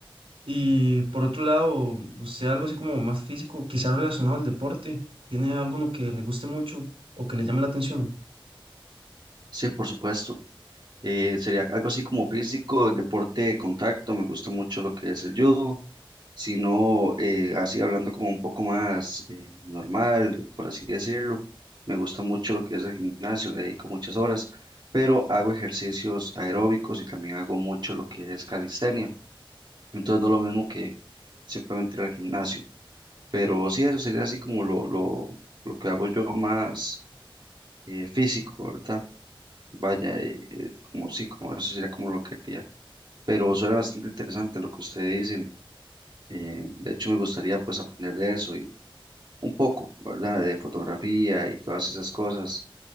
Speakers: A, on the right (about 85°); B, on the right (about 55°).
A: Y por otro lado, usted algo así como más físico, quizás relacionado al deporte, ¿tiene alguno que le guste mucho o que le llame la atención?
B: Sí, por supuesto. Eh, sería algo así como físico, deporte de contacto, me gusta mucho lo que es el judo, sino eh, así hablando como un poco más eh, normal, por así decirlo, me gusta mucho lo que es el gimnasio, le dedico muchas horas, pero hago ejercicios aeróbicos y también hago mucho lo que es calistenia, entonces no es lo mismo que simplemente ir al gimnasio. Pero sí, eso sería así como lo, lo, lo que hago yo más eh, físico, ¿verdad? Vaya, eh, eh, como sí, como eso sería como lo que haría. Pero suena bastante interesante lo que ustedes dicen. Eh, de hecho, me gustaría pues aprender de eso y un poco, ¿verdad? De fotografía y todas esas cosas